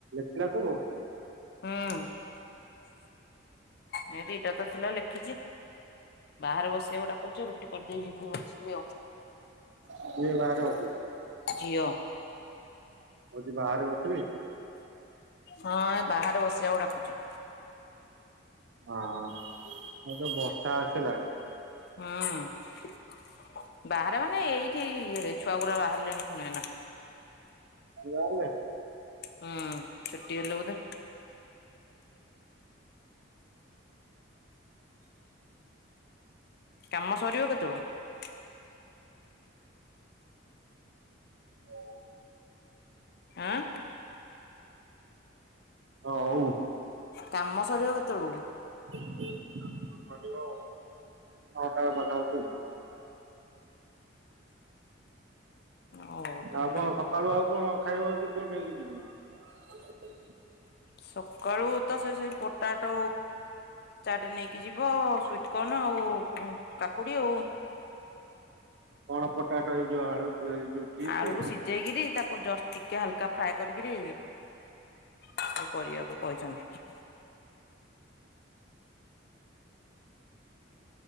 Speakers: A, on the right; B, on the left.
A: ଥିଲା ସବୁ।
B: ହୁଁ। ଏଇ ଦିଟା ତ ଥିଲା ଲେଖିଛି। ବାହାରେ ବସିବାକୁ ଡାକୁଛି ରୁଟି କରିଦେଇ ଯିବି ବସିବି ଆଉ।
A: କିଏ ବାହାରେ ବସିବ?
B: ଝିଅ
A: ହଉଚି ବାହାରେ ବସିବି
B: ହଁ ଏ ବାହାରେ ବସିବାକୁ ଡାକୁଛି।
A: ହଁ ହଁ ଏବେ ବର୍ଷା ଆସିଲାଣି।
B: ହଁ ବାହାର ମାନେ ଏଇଠି ଇଏ ରେ ଛୁଆ ଗୁରା ବାହାରିଲେଣି ଫୁଣି ଏଇନା।
A: ପିଲା ବାହାରିଲେ?
B: ହୁଁ ଛୁଟି ହେଲେ ବୋଧେ କାମ ସରିଅ କେତେବେଳୁକୁ?
A: ହଉ।
B: ଆଁ!
A: ହ ହଉ।
B: କାମ ସରିବ କେତେବେଳକୁ?
A: କାମ ସରିବ ନଅଟା ପାଖ ପାଖି।
B: ହଉ ତାହେଲେ
A: ଆଉ କଣ ସକାଳୁ ଆଉ କଣ ଖାଇବ ଯଦି କୁହ ନେଇକି ଯିବି।
B: ସକାଳୁ ତ ସେ ସେଇ ପୋଟାଟୋ ଚାଟ ନେଇ କି ଯିବ ସୁଇଟ କର୍ନ ଆଉ କୁ କାକୁଡି ଆଉ।
A: କଣ ପଟାଟୋ ଏଇ ଯୋଉ ଆଳୁ ଏଇ ଯୋଉ ଚିପ୍ସ
B: ଆଳୁକୁ ସିଜେଇକିରି ତାକୁ ଜଷ୍ଟ ଟିକେ ହାଲକା ଫ୍ରାଏ କରିକିରି ତାକୁ କରିବାକୁ କହିଛନ୍ତି।